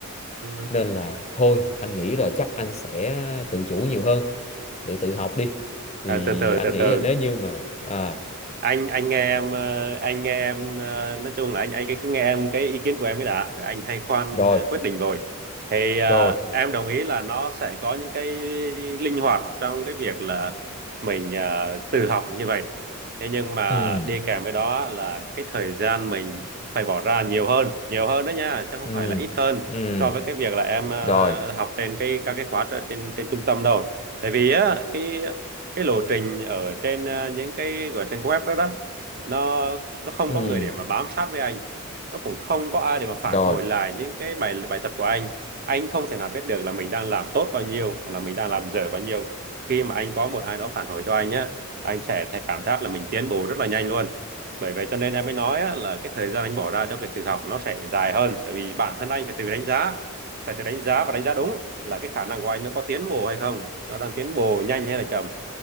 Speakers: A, on the right; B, on the left.
A: Ừ.
B: nên là thôi anh nghĩ là chắc anh sẽ tự chủ nhiều hơn tự tự học đi thì
A: À, từ từ
B: anh
A: từ
B: nghĩ
A: từ
B: là nếu như mà à
A: anh anh nghe em ờ, anh nghe em ờ, nói chung là anh anh cứ nghe em cái ý kiến của em mới đã Rồi anh hay khoan
B: rồi
A: ờ, quyết định rồi thì ờ,
B: rồi
A: em đồng ý là nó sẽ có những cái linh hoạt trong cái việc là mình ờ, tự học như vậy thế nhưng mà
B: ừ
A: đi kèm với đó là cái thời gian mình phải bỏ ra nhiều hơn nhiều hơn đó nha chứ không
B: ừ
A: phải là ít hơn
B: ừ
A: so với cái việc là em ờ,
B: rồi
A: học trên cái các cái khóa trên trên trung tâm đâu tại vì á cái cái lộ trình ở trên ờ, những cái gọi trên web đó, đó nó nó không
B: ừ
A: có người để mà bám sát với anh nó cũng không có ai để mà phản
B: rồi
A: hồi lại những cái bài bài tập của anh anh không thể nào biết được là mình đang làm tốt bao nhiêu hoặc là mình đang làm dở bao nhiêu khi mà anh có một ai đó phản hồi cho anh nhé anh sẽ thấy cảm giác là mình tiến bộ rất là nhanh luôn bởi vậy cho nên em mới nói á, là cái thời gian anh bỏ ra cho việc tự học nó sẽ dài hơn tại vì bản thân anh phải tự đánh giá phải tự đánh giá và đánh giá đúng là cái khả năng của anh nó có tiến bộ hay không nó đang tiến bộ nhanh hay là chậm